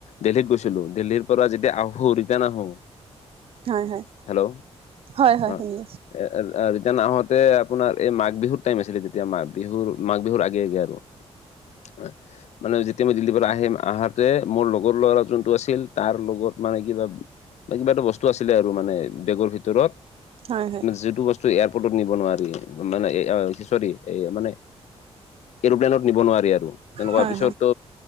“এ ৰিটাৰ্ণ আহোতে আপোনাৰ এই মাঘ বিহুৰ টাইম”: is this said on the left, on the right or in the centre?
Left